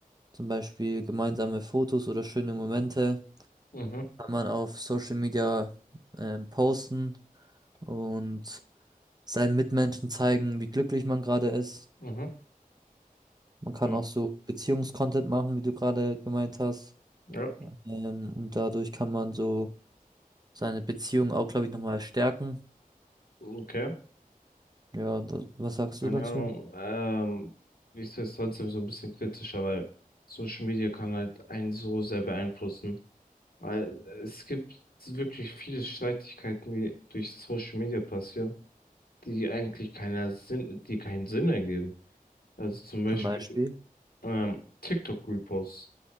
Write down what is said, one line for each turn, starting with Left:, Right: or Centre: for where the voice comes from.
Right: zum Beispiel gemeinsame Fotos oder schöne Momente.
Left: Mhm.
Right: Kann man auf Social Media ähm, posten und seinen Mitmenschen zeigen, wie glücklich man gerade ist.
Left: Mhm.
Right: Man kann
Left: Mhm.
Right: auch so Beziehungscontent machen, wie du gerade gemeint hast.
Left: Ja.
Right: Ähm, und dadurch kann man so seine Beziehung auch, glaube ich, nochmal stärken.
Left: Okay.
Right: Ja, da- was sagst
Left: Genau.
Right: du dazu?
Left: Ähm, ich sehe es trotzdem so ein bisschen kritischer, weil Social Media kann halt einen so sehr beeinflussen. Weil es gibt so wirklich viele Streitigkeiten, die durch Social Media passieren, die eigentlich keiner Sinn, die keinen Sinn ergeben. Also zum Beispiel
Right: Zum Beispiel.
Left: ähm, TikTok-Reposts.